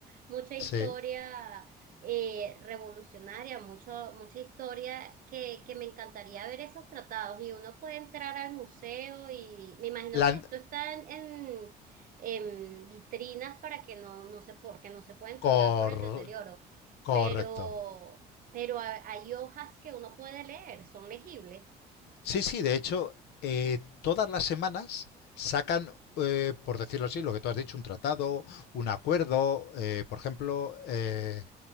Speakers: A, on the right; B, on the left.
A: mucha historia
B: Sí.
A: eh, revolucionaria, mucho, mucha historia que, que me encantaría ver esos tratados y uno puede entrar al museo y me imagino
B: La,
A: que esto está en, en, en vitrinas para que no, no se, porque no se pueden tocar
B: cor,
A: por el deterioro,
B: correcto.
A: pero, pero hay hojas que uno puede leer, son legibles.
B: Sí, sí, de hecho, eh, todas las semanas sacan, eh, por decirlo así, lo que tú has dicho, un tratado, un acuerdo. eh, por ejemplo, eh,